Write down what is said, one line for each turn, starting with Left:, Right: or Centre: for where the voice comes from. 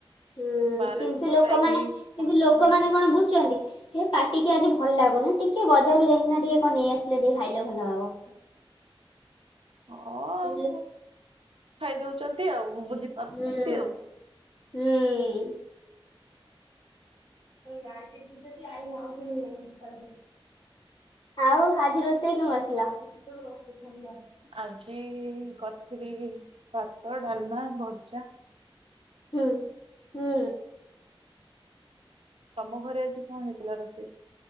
Left: ହୁଁ,
Right: ବାହାର
Left: କିନ୍ତୁ
Right: ଜିନିଷ
Left: ଲୋକମାନେ
Right: ଖାଇ ଖାଇ
Left: କିନ୍ତୁ
Right: ମରିଯାଉଛୁ।
Left: ଲୋକମାନେ କଣ ବୁଝୁଚନ୍ତି। ଏ ପାଟିକି ଆଜି ଭଲ ଲାଗୁନି ଟିକେ ବଜାରରୁ ଯାଇଁକିନା ଟିକେ କଣ ନେଇ ଆସିଲେ ଟିକେ ଖାଇଲେ ଭଲ ହବ।
Right: ହଁ ଆଉ
Left: ବୁଝିଲୁ?
Right: ଖାଇଦେଉଚନ୍ତି ଆଉ। ବୁଝି ପାରୁନାହାନ୍ତି
Left: ହୁଁ,
Right: ଆଉ।
Left: ହୁଁ। <inaudible> ଆଉ ଆଜି ରୋଷେଇ କଣ କରିଥିଲ?
Right: ଆଜି କରିଥିଲି ଭାତ, ଡାଲମା, ଭଜା।
Left: ହୁଁ, ହୁଁ।
Right: ତମ ଘରେ ଆଜି କଣ ହେଇଥିଲା ରୋଷେଇ?